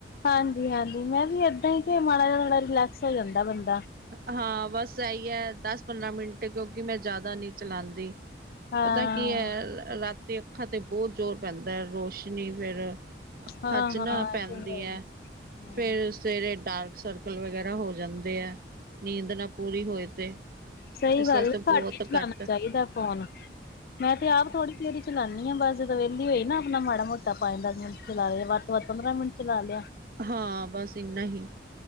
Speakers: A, on the left; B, on the right.
A: ਹਾਂਜੀ-ਹਾਂਜੀ, ਮੈਂ ਵੀ ਏਦਾ ਈ ਕਿ ਮਾੜਾ ਜ ਥੋੜਾ ਰਿਲੈਕਸ ਹੋ ਜਾਂਦਾ ਬੰਦਾ।
B: ਹਾਂ ਬਸ ਐਈ ਐ, ਦਸ ਪੰਦਰਾਂ ਮਿੰਟ ਕਿਉਂਕਿ ਮੈਂ ਜਾਦਾ ਨੀ ਚਲਾਂਦੀ।
A: ਹਾਂ
B: ਪਤਾ ਕੀ ਐ, ਰਾਤੀ ਅੱਖਾਂ ਤੇ ਬੋਤ ਜ਼ੋਰ ਪੈਂਦਾ ਰੋਸ਼ਨੀ ਫਿਰ ਅੱਖਾਂ
A: ਹਾਂ-ਹਾਂ
B: 'ਚ ਨਾ ਪੈਂਦੀ
A: ਇਹ ਤੇ ਹੈ
B: ਐ
A: ਹੀ।
B: ਫੇਰ ਸਵੇਰੇ ਡਾਰਕ ਸਰਕਲ ਵਗੈਰਾ ਹੋ ਜਾਂਦੇ ਐ ਨੀਂਦ ਨਾ ਪੂਰੀ ਹੋਏ ਤੇ।
A: ਸਈ
B: ਇਸ
A: ਗੱਲ
B: ਵਾਸਤੇ
A: ਘੱਟ
B: ਬਹੁਤ
A: ਈ ਚਲਾਨਾ
B: ਘੱਟ
A: ਚਾਈਦਾ ਫੋਨ। ਮੈਂ ਤੇ ਆਪ ਥੋੜ੍ਹੀ ਦੇਰ ਈਂ ਚਲਾਨੀ ਆ ਬਸ ਜਦੋ ਵੇਲੀ ਹੋਈ ਨਾ ਆਪਣਾ ਮਾੜਾ ਮੋਟਾ ਪੰਜ ਦਸ ਮਿੰਟ ਚਲਾ ਲੇ ਬਸ। ਵੱਧ ਪੰਦਰਾਂ ਮਿੰਟ ਚਲਾ ਲਯਾ।
B: ਹਾਂ, ਬਸ ਇੰਨਾ ਹੀ।